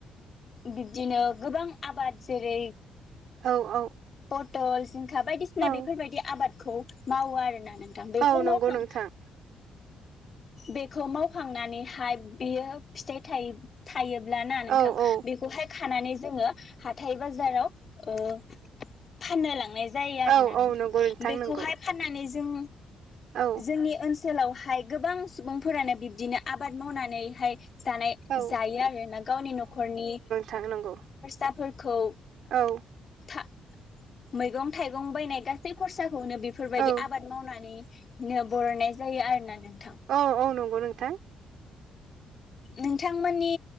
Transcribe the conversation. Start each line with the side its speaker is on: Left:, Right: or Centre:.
Left: बिब्दिनो गोबां आबाद जेरै
Right: औ औ
Left: हटलसष जिंखा बायदिसिना
Right: औ
Left: बेफोरबायदि आबाद खौ मावो आरो ना नोंथां बेखौ
Right: औ नंगौ
Left: मावखां
Right: नोंथां
Left: बेखौ मावखांनानैहाय बियो फिथाइ थाइ थायोब्ला ना नोंथां
Right: औ औ
Left: खानानै जोङो हाथाय बाजाराव ओ फाननो लांनाय जायो आरो
Right: औ
Left: ना नोंथां
Right: औ नंगौ
Left: बेखौहाय
Right: नंगौ
Left: फाननानै जों
Right: औ
Left: जोंनि ओनसोल ओनसोलावहाय गोबां सुबुंफोरानो बिब्दिनो आबाद मावनानैहाय जानाय
Right: औ
Left: जायो आरो ना गावनि न'खरनि
Right: थांनांगौ।
Left: फोरखौ
Right: औ
Left: था मैगं थाइगं बायनाय गासै खरसा खौनो बेफोरबायदि
Right: औ
Left: आबाद मावनानै नो बरायनाय जायो आरोना नों
Right: औ औ नंगौ नोंथां
Left: नोंथांमोननि